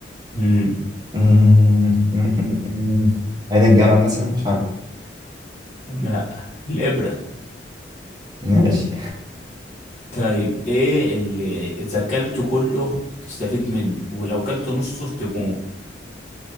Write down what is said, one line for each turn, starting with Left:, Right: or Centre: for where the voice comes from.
Left: امم
Right: أمم، أمم، أمم، أمم. عين الجمل مثلا مش عارف
Left: لا الإبرة
Right: ماشي
Left: طيب ايه اللي إذا كلته كله تستفيد منه ولو كلته نصه تموت